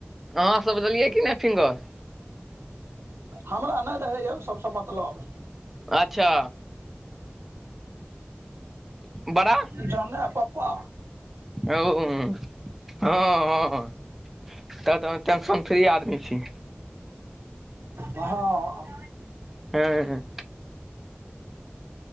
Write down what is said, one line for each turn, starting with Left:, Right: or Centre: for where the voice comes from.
Centre: अहाँसभ देलियै की नै फिंगर।
Right: हमरा नै रहैए ओहि सभसँ मतलब।
Centre: अच्छा। बड़ा,
Right: जनै पप्पा
Centre: ओ हँ हँ। तखैन त टेंशन फ्री आदमी छी।
Right: हँ।
Centre: हुं।